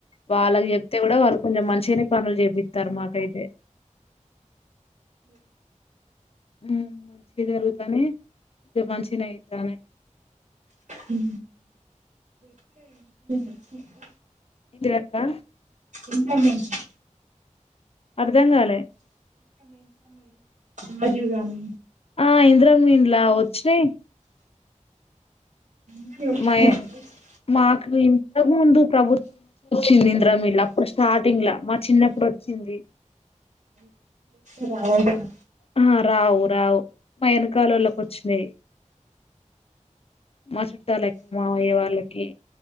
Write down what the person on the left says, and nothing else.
వాళ్ళగి జెప్తే గుడా వాళ్ళు కొంజెం మంచిగనే పనులు జేపిత్తారు మాకైతే ఉ మంచిగా జరుగుతానే <unintelligible> మంచిగనే అయితనే
ఏంటిదక్కా
అర్థంగాలే
ఆ ఇంద్రమీండ్లా వచ్చినయ్
మయ మాకు ఇంతగ్ ముందు ప్రభుత్వం ఒచ్చింది ఇంద్రామిల్ అప్పుడు స్టార్టింగ్ లా మా చిన్నప్పుడు ఒచ్చింది
ఆ రావు రావు మా ఎనకాలోల్లకి వచ్చినెయ్ మా చుట్టాలకి మావయ్య వాళ్ళకి